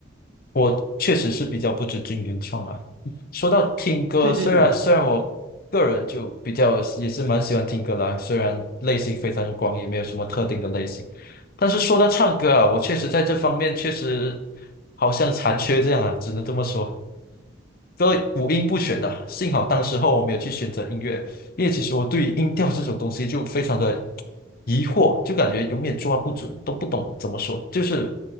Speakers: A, on the left; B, on the right.
A: 我确实是比较不尊重原创啊。说到听歌，
B: 对对对，
A: 虽然虽然我个人就比较也是蛮喜欢听歌啦，虽然类型非常广，也没有什么特定的类型，但是说到唱歌啊，我确实在这方面确实好像残缺这样啊，只能这么说。这五音不全呐、幸好当时候我没有去选择音乐，因为其实我对于音调这种东西就非常的疑惑，就感觉永远抓不准，都不懂怎么说。就是